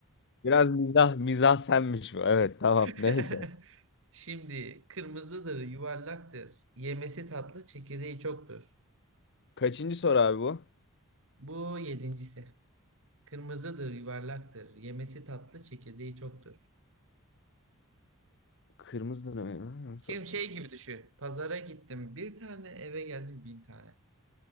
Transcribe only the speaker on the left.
biraz mizah mizah senmiş bu. Evet tamam
neyse.
Kaçıncı soru abi bu?
Kırmızı ne? Nasıl
atıyor?